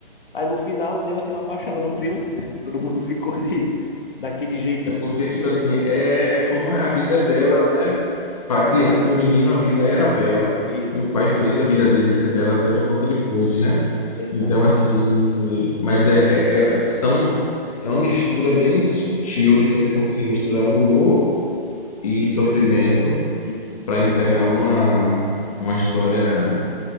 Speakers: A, on the left; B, on the left.
A: Aí no final deu aquela baixada no clima, <laughs> todo mundo ficou ali, daquele jeito.
B: É porque, tipo assim, é, é como é, a vida é bela, né? Para criança, para o menino, a vida era bela
A: Isso,
B: e o pai fez a vida dele ser bela até o quanto ele pôde, né?
A: exatamente.
B: Então, assim, mas é, é, é- é- são, é uma mistura bem sutil de você conseguir misturar humor e sofrimento
A: Isso,
B: para entregar uma, uma história